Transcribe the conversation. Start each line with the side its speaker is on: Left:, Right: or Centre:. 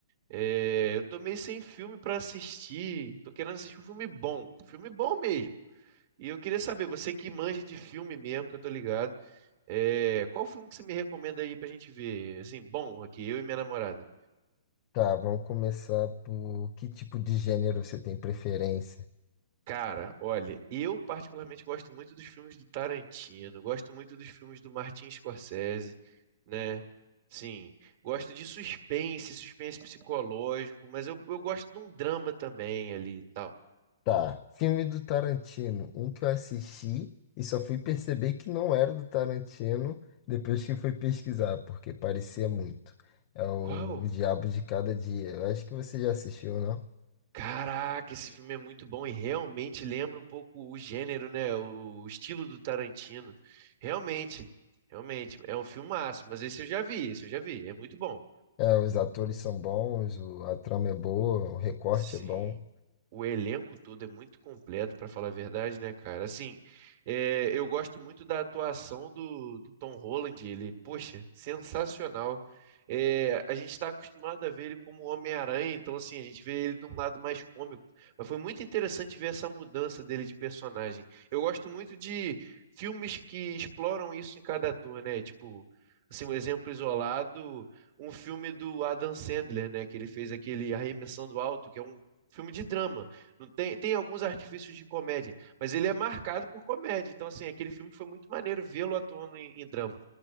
Right: É, eu tô meio sem filme pra assistir. Tô querendo assistir um filme bom, filme bom mesmo. E eu queria saber, você que manja de filme mesmo, que eu tô ligado. É, qual filme que você me recomenda aí pra gente ver? Assim, bom, aqui, eu e minha namorada.
Left: Tá, vamos começar por que tipo de gênero você tem preferência?
Right: Cara, olha, eu particularmente gosto muito dos filmes do Tarantino, gosto muito dos filmes do Martin Scorsese, né? Sim, gosto de suspense, suspense psicológico, mas eu, eu gosto de um drama também ali e tal.
Left: Tá, filme do Tarantino, um que eu assisti e só fui perceber que não era do Tarantino depois que fui pesquisar, porque parecia muito. É o
Right: Qual?
Left: Diabo de Cada Dia. Eu acho que você já assistiu, não?
Right: Caraca, esse filme é muito bom e realmente lembra um pouco o gênero, né? O estilo do Tarantino. Realmente, realmente, é um filmaço, mas esse eu já vi, esse eu já vi, é muito bom.
Left: É, os atores são bons, o- a trama é boa, o recorte
Right: Sim.
Left: é bom.
Right: O elenco todo é muito completo, pra falar a verdade, né, cara? Assim, é, eu gosto muito da atuação do, do Tom Holland. Ele, poxa, sensacional. É, a gente está acostumado a ver ele como Homem-Aranha, então, assim, a gente vê ele de um lado mais cômico. Mas foi muito interessante ver essa mudança dele de personagem. Eu gosto muito de filmes que exploram isso em cada ator, né? Tipo, assim, um exemplo isolado um filme do Adam Sandler, né? Que ele fez aquele Arremessando Alto, que é um filme de drama. Não tem, tem alguns artifícios de comédia, mas ele é marcado por comédia. Então, assim, aquele filme foi muito maneiro vê-lo atuando em, em drama.